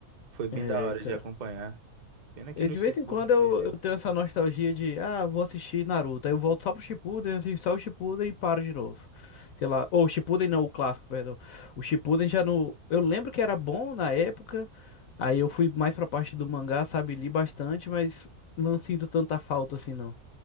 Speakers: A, on the right (about 35°); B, on the left (about 65°).
A: Foi bem
B: É,
A: da hora
B: cara.
A: de acompanhar. Pena que
B: Eu,
A: no
B: de
A: Shippuden
B: vez em quando
A: se
B: eu,
A: perdeu.
B: eu tenho essa nostalgia de, ah, vou assistir Naruto. Aí eu volto só pro Shippuden, assisto só o Shippuden e paro de novo. Sei lá. Ou o Shippuden não, o clássico, perdão. O Shippuden já no Eu lembro que era bom na época. Aí eu fui mais pra parte do mangá, sabe? Li bastante, mas não sinto tanta falta assim, não.